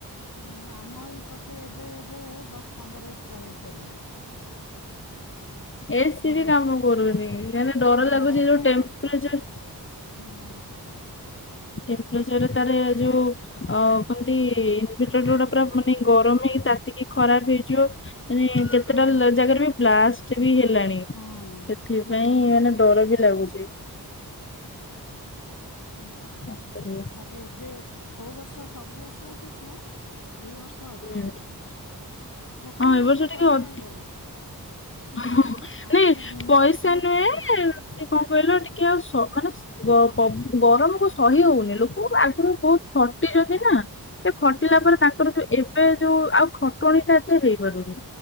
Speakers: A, on the left; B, on the left.
A: ହୁଁ, ଆମ ଏଇପଟରେ ଏବେ ଏବେ ଦଶ ପନ୍ଦର ଏସିି ଲଗେଇ ସାଇଲେଣି।
B: ଏ ସି
A: ଏଇ
B: ବି
A: ଯୋଉ
B: କାମ କରୁନି, କାଇଁନା
A: ଏଇ
B: ଡର
A: ଗରମ
B: ଲାଗୁଚି ଯୋଉ
A: ପାଇଁ
B: ଟେମ୍ପରଚର
A: ହୁଁ ଉଁ।
B: ଟେମ୍ପରେଚରେ ତାରେ ଯୋଉ ଆ କଣତି, ଇନଭଟର୍ ଗ ଗୁଡା ପୁରା ମାନେ ଗରମ ହେଇକି, ତାତିକି ଖରାପ ହେଇଯିବ। ମାନେ କେତେଟା
A: ହଁ
B: ଜାଗାରେ ବି ବ୍ଲାଷ୍ଟ ବି ହେଲାଣି,
A: ହଁ
B: ସେଥିପାଇଁ
A: ସେଇଭଳିଆ ହଉଛି
B: ମାନେ ଡର ବି ଲାଗୁଚି।
A: ହୁଁ।
B: ଆ ତାପରେ
A: ତାପରେ ଏବେ, କୋଉ ବର୍ଷ ସବୁ ବର୍ଷ ଅପେକ୍ଷା ଏଇ ବର୍ଷ ତ ଅଧିକ,
B: ହୁଁ
A: ଲୋକଙ୍କ
B: ହଁ ଏ
A: କତିରେ
B: ବର୍ଷ ଟିକେ
A: ପଇସା
B: ଅଧିକ
A: ହେଇଗଲା। ଉଁ ହୁଁ,
B: ହଁ,
A: ଆଗରୁ
B: ନାଇଁ
A: ବିନା
B: ପଇସା
A: ଏ ସି ରେ
B: ନୁହେଁ ସେ କଣ କହିଲ ଟିକେ ଆଉ ସ ମାନେ ସ ଗ ଗ ଗରମ କୁ ସହି ହଉନି, ଲୋକ ଆଗରୁ ବହୁତ ଖଟିଚନ୍ତି ନା? ସେ ଖଟିଲା
A: ହଁ
B: ପରେ ତାଙ୍କର ଯୋ ଏବେ ଯୋଉ ଆଉ ଖଟଣିଟା ଏତେ ହେଇପାରୁନି।